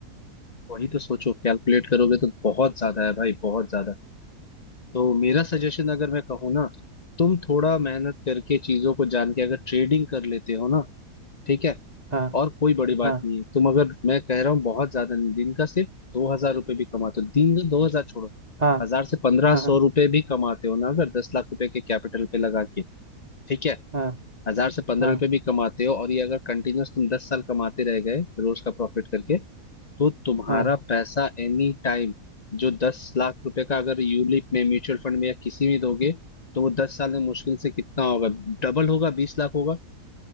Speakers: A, on the left (about 45°); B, on the right (about 25°).
A: वही तो सोचो कैलकुलेट करोगे तो बहुत ज्यादा है भाई बहुत ज्यादा तो मेरा सजेशन अगर मैं कहूँ ना तुम थोड़ा मेहनत करके चीजों को जान के अगर ट्रेडिंग कर लेते हो ना ठीक है
B: हाँ
A: और कोई बड़ी बात
B: हाँ
A: नहीं है तुम अगर मैं कह रहा हूँ बहुत ज्यादा नहीं दिन का सिर्फ दो हजार रुपये भी कमाते हो दिन का दो हजार छोड़ो
B: हाँ
A: हजार से पंद्रह
B: हाँ
A: सौ रुपये भी कमाते हो ना अगर दस लाख रुपए के कैपिटल पे लगा के ठीक है
B: हाँ
A: हजार से पंद्रह
B: हाँ
A: रुपए भी कमाते हो और ये अगर कंटिन्यूस तुम दस साल कमाते रह गए रोज का प्रॉफिट करके तो तुम्हारा
B: हाँ
A: पैसा एनी टाइम जो दस लाख रुपए का अगर यूलिप में म्यूचुअल फंड में या किसी में दोगे तो वो दस साल में मुश्किल से कितना होगा डबल होगा बीस लाख होगा